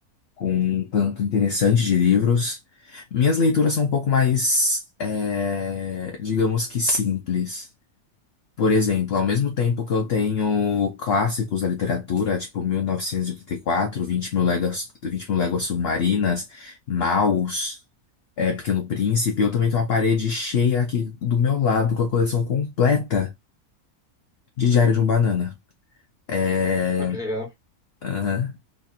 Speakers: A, on the left (about 60°); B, in the centre.
A: com um tanto interessante de livros. Minhas leituras são um pouco mais, eh, digamos que simples. Por exemplo, ao mesmo tempo que eu tenho clássicos da literatura, tipo mil novecentos e e oitenta e quatro, Vinte mil léguas, 20 mil léguas submarinas, Maus, eh, Pequeno Príncipe, eu também tenho uma parede cheia aqui do meu lado com a coleção completa de Diário de um Banana. É,
B: Ah, que legal.
A: Aham.